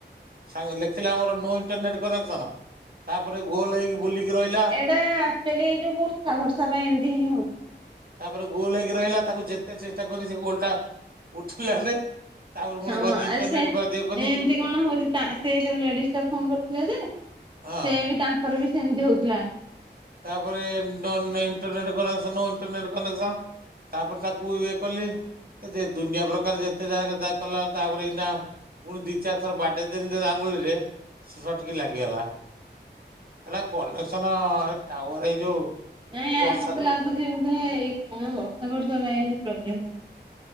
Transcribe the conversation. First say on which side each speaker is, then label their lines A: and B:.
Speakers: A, on the right; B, on the right.
A: ସାଙ୍ଗ ଲେଖିଲା ଆମର ନୋ ଇଣ୍ଟରନେଟ କନେକ୍ସନ ତାପରେ ଗୋଲ ହେଇକି ବୁଲିକି ରହିଲା
B: ନା ଆକଚୁଆଲି ଏଇ ଯୋଉ ବର୍ଷା ଫର୍ସା ପାଇଁ ଏମିତି ହିଁ ହଉଛି
A: ତାପରେ ଗୋଲ ହେଇକି ରହିଲା ତାକୁ ଯେତେ ଚେଷ୍ଟା କଲେ ସେ ଗୋଲ ଟା ଉଠିଲାନି ତାପରେ ପୁଣି
B: ହଁ
A: ଗଲି
B: ଆ
A: ଇଣ୍ଟରନେଟ
B: ସେ
A: ବା ଦିଅ କନି
B: ଏମିତି କଣ ହଉଛି ସେ ଯୋଉ ଲେଡିସ୍‌ ଟା ଫୋନ କରିଥିଲେ ଯେ
A: ହଁ
B: ସେ ବି ତାଙ୍କର ବି ସେମିତି ହଉଥିଲା
A: ତାପରେ ଇଣ୍ଟରନେଟ କନେକସନ୍ ଇଣ୍ଟରନେଟ କନେକ୍ସନ ତାପରେ ତାକୁ ଇଏ କଲି ଯେ ଦୁନିଆ ପ୍ରକାର ଯେତେ ଯାଗ ଯା କଲା ତାପରେ ଏଇନା ପୁଣି ଦି ଚାରି ଥର ବାଡେଇଦେଲିଣି ଆଙ୍ଗୁଳିରେ ଫଟ୍ କି ଲାଗିଗଲା ହେଟା କନେକ୍ସନ ଟାୱାର ଏଇ ଯୋଉ
B: ନାଇଁ
A: ଏ ବର୍ଷା
B: ଆ ମତେ
A: ଯୋଗୁ
B: ଲାଗୁଛି ବୋଧେ ଏଇ କଣ ବର୍ଷା ଫର୍ଷା ପାଇଁ ଏଇ ପ୍ରୋବ୍ଲେମ ହଉଛି